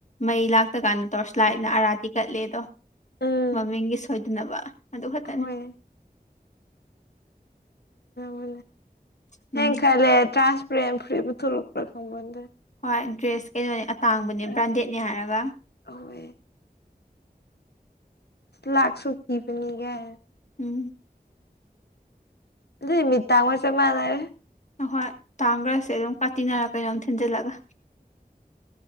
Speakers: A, on the left; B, on the left.
A: ꯃꯩ ꯂꯥꯛꯇ ꯀꯥꯟꯗ ꯇꯣꯔꯁꯂꯥꯏꯠꯅ ꯑꯥꯔꯥꯇꯤ ꯀꯠꯂꯦ ꯑꯗꯣ
B: ꯎꯝ
A: ꯃꯃꯤꯡꯒꯤ ꯁꯣꯏꯗꯅꯕ ꯑꯗꯨ ꯈꯛꯇꯅꯤ
B: ꯍꯣꯏ ꯎ
A: ꯎꯝ
B: ꯑꯩꯟ ꯈꯜꯂꯦ ꯇ꯭ꯔꯥꯟꯁꯄꯔꯦꯟ ꯐꯨꯔꯤꯠ ꯄꯨꯊꯣꯔꯛꯄ꯭ꯔꯥ ꯈꯪꯄꯣꯇꯦ
A: ꯍꯣꯏ ꯗ꯭ꯔꯦꯁ ꯀꯩꯅꯣꯅꯦ ꯑꯇꯥꯡꯕꯅꯦ
B: ꯑꯥ
A: ꯕ꯭ꯔꯥꯟꯗꯦꯗꯅꯦ ꯍꯥꯏꯔꯒ
B: ꯑꯍꯣꯏ ꯂꯥꯛꯁꯨꯛ ꯄꯤꯕꯅꯤꯒꯥꯟꯏ
A: ꯎꯝ
B: ꯑꯗꯨꯗꯤ ꯃꯤꯇꯥꯡꯕꯒ ꯆꯞ ꯃꯥꯥꯅꯔꯦ
A: ꯑꯍꯣꯏ ꯇꯥꯡꯈ꯭ꯔꯁꯦ ꯑꯗꯨꯝ ꯀꯥꯇꯤꯅꯔ ꯀꯩꯅꯣꯝ ꯊꯤꯟꯖꯜꯂꯒ